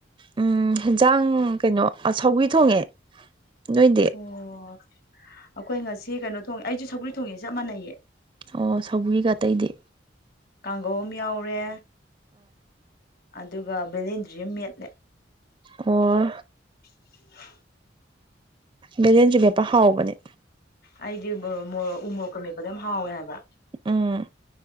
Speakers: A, on the right; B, on the left.
A: ꯎꯝ ꯌꯦꯟꯖꯥꯡ ꯀꯩꯅꯣ ꯁꯥꯎꯤ ꯊꯣꯡꯉꯦ ꯅꯣꯏꯗꯤ
B: ꯑꯣ ꯑꯩꯈꯣꯏ ꯉꯁꯤ ꯀꯩꯅꯣ ꯊꯣꯡꯉꯦ ꯑꯩꯁꯨ ꯁꯒ꯭ꯔꯤ ꯊꯣꯡꯉꯦ ꯆꯞ ꯃꯥꯟꯅꯩꯌꯦ
A: ꯑꯣ ꯁꯏꯒꯇꯩꯗꯤ
B: ꯀꯥꯡꯒꯧ ꯑꯃ ꯌꯥꯎꯔꯦ ꯑꯗꯨꯒ ꯕꯦꯂꯦꯟꯗ꯭ꯔꯤ ꯑꯃ ꯃꯦꯠꯂꯦ
A: ꯑꯣ
B: <inaudible>
A: ꯕꯦꯂꯦꯟꯁꯨ ꯃꯦꯄ ꯍꯥꯎꯕꯅꯦ
B: ꯑꯩꯗꯤꯔ ꯎꯃꯣꯔꯣꯛꯀ ꯃꯦꯛꯄꯗ ꯌꯥꯝ ꯍꯥꯎꯋꯦ ꯍꯥꯏꯕ
A: ꯎꯝ